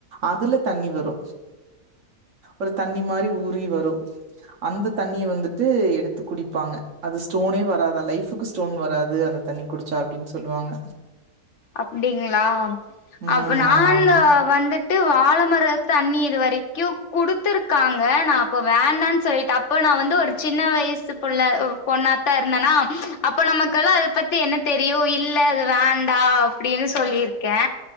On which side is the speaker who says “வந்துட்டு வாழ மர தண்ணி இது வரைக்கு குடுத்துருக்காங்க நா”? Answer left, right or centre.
Left